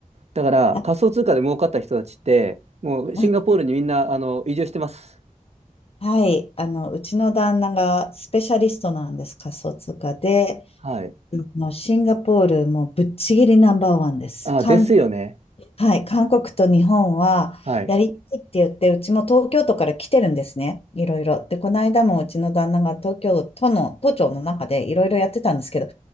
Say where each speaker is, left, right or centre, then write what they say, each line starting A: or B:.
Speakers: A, on the right; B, on the left.
A: だから仮想通貨で儲かった人たちって、
B: ら。あ、
A: もうシンガポールにみんなあの移住してます。
B: あはい。あの、うちの旦那がスペシャリストなんです、仮想通貨で。
A: はい。
B: あのシンガポールもうぶっちぎりナンバーワンです。
A: あ、
B: 韓、
A: ですよね。
B: はい。韓国と日本はやりたいって言って、
A: はい。
B: うちも東京都から来てるんですね。いろいろ。で、この間もうちの旦那が東京都の、都庁の中でいろいろやってたんですけど、